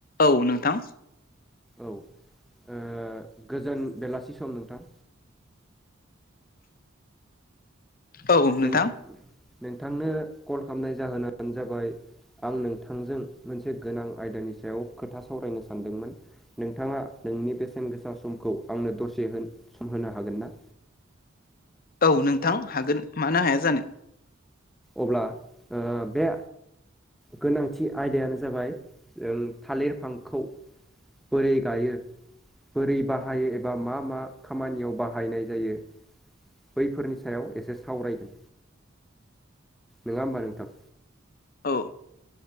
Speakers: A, on the left; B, in the centre.
A: औ नोंथां
B: औ ओ गोजोन बेलासि सम नोंथां।
A: औ नोंथां
B: नों नोंथांनो कल खालामनाय जाहोनानो जाबाय आं नोंथांजों मोनसे गोनां आयदानि सायाव खोथा सावरायनो सानदोंमोन। नोंथाङा नोंनि बेसेन गोसा समखौ आंनो दसे सम होनो हागोन ना?
A: औ नोंथां हागोन मानो हाया जानो।
B: अब्ला ओ बे गोनांथि आयदायानो जाबाय जों थालिर बिफांखौ बोरै गायो बोरै बाहायो एबा मा मा खामानियाव बाहायनाय जायो। बैफोरनि सायाव एसे सावरायगोन। नङा होमबा नोंथां।
A: औ